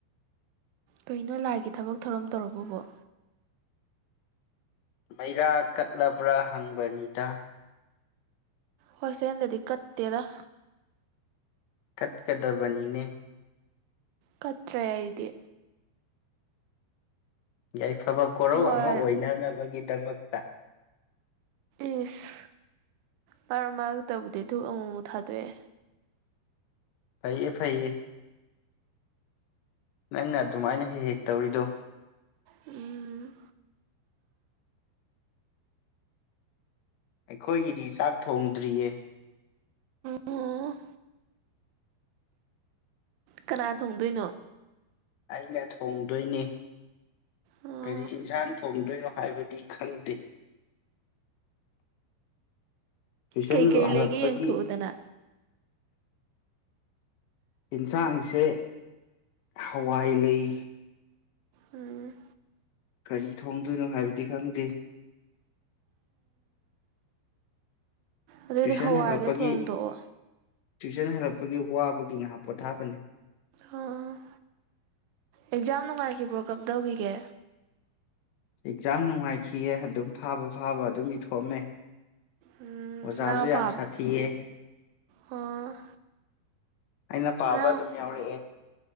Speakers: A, on the right; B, on the left.
A: ꯀꯩꯅꯣ ꯂꯥꯏꯒꯤ ꯊꯕꯛ ꯊꯧꯔꯝ ꯇꯧꯔꯕꯕꯣ
B: ꯃꯩꯔꯥ ꯀꯠꯂꯕ꯭ꯔꯥ ꯍꯪꯕꯅꯤꯗ꯫
A: ꯍꯣꯠꯁꯦꯜꯗꯗꯤ ꯀꯠꯇꯦꯗ
B: ꯀꯠꯀꯗꯕꯅꯤꯅꯦ
A: ꯀꯠꯇ꯭ꯔꯦ ꯍꯥꯏꯗꯤ
B: ꯌꯥꯏꯐꯕ ꯀꯣꯔꯧ
A: ꯍꯣꯏ
B: ꯑꯃ ꯑꯣꯏꯅꯅꯕꯒꯤꯗꯃꯛ꯫
A: ꯏꯁ ꯃꯔ ꯃꯔꯔꯛꯇꯕꯨꯗꯤ ꯗꯨꯨ ꯑꯃꯨꯛꯃꯨꯛ ꯊꯥꯗꯣꯛꯑꯦ
B: ꯐꯩꯌꯦ ꯐꯩꯌꯦ ꯅꯪꯅ ꯑꯗꯨꯃꯥꯏꯅ ꯍꯦꯛ ꯍꯦꯛ ꯇꯧꯔꯤꯗꯣ
A: ꯎꯝ
B: ꯑꯩꯈꯣꯏꯒꯤꯗꯤ ꯆꯥꯛ ꯊꯣꯡꯗ꯭ꯔꯤꯌꯦ꯫
A: ꯑꯣ ꯀꯅꯥ ꯊꯣꯡꯗꯣꯏꯅꯣ꯫
B: ꯑꯩꯅ ꯊꯣꯡꯗꯣꯏꯅ‌ꯦ꯫
A: ꯑꯣ
B: ꯀꯔꯤ ꯌꯦꯟꯁꯥꯡ ꯊꯣꯡꯗꯣꯏꯅꯣ ꯍꯥꯏꯕꯗꯤ ꯈꯪꯗꯦ ꯇꯨꯏꯁꯟ
A: ꯀꯩꯀꯩ
B: ꯍꯜꯂꯛꯄꯒꯤ
A: ꯂꯩꯒꯦ ꯌꯦꯡꯊꯣꯛꯎꯗꯅ
B: ꯌꯦꯟꯁꯥꯡꯁꯦ ꯍꯋꯥꯏ ꯂꯩ꯫
A: ꯎꯝ꯫
B: ꯀꯔꯤ ꯊꯣꯡꯗꯣꯏꯅꯣ ꯍꯥꯏꯕꯗꯤ ꯈꯪꯗꯦ꯫
A: ꯑꯗꯨꯗꯤ
B: ꯇꯨꯏꯁꯟ
A: ꯍꯋꯥꯏꯗꯣ
B: ꯍꯜꯂꯛꯄꯒꯤ
A: ꯊꯣꯡꯗꯣꯛꯑꯣ
B: ꯇꯨꯏꯁꯟ ꯍꯜꯂꯛꯄꯒꯤ ꯋꯥꯕꯒꯤ ꯉꯥꯏꯍꯥꯛ ꯄꯣꯊꯥꯕꯅꯦ
A: ꯑꯣ ꯑꯦꯛꯖꯥꯝ ꯅꯨꯡꯉꯥꯏꯈꯤꯕ ꯕ꯭ꯔꯣ ꯀꯞ ꯇꯧꯈꯤꯒꯦ
B: ꯑꯦꯛꯖꯥꯝ ꯅꯨꯡꯉꯥꯏꯈꯤꯌ‌ꯦ ꯑꯗꯨꯝ ꯐꯥꯕ ꯐꯥꯕ ꯑꯗꯨꯝ ꯏꯊꯣꯛꯑꯝꯃꯦ꯫
A: ꯎꯝ
B: ꯑꯣꯖꯥꯖꯨ
A: ꯅꯪ
B: ꯌꯥꯝ
A: ꯄꯥꯕ
B: ꯁꯥꯊꯤꯦ
A: ꯑꯣ
B: ꯑꯩꯅ ꯄꯥꯕ
A: ꯅꯪ
B: ꯑꯗꯨꯝ ꯌꯥꯎꯔꯛꯑꯦ